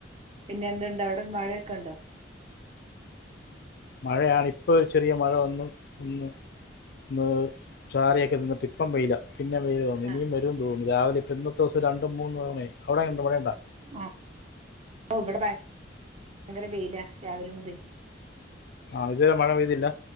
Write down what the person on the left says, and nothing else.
മഴയാണ് ഇപ്പോ ഒരു ചെറിയ മഴവന്നു ഒന്ന് ന്ന് ചാറിയൊക്കെ നിന്നിട്ട് ഇപ്പം വെയില പിന്നെ വെയില് വന്നു ഇനിയും
വരും തോന്നുന്നു രാവിലെ ഇപ്പ ഇന്ന് എ ദിവം രണ്ട മൂന്ന് തവണ അവിടെ കണ്ട ഇവിടെേണ്ട
ആഹ് ഇതല്ലാം മഴ വെയ്തിില്ല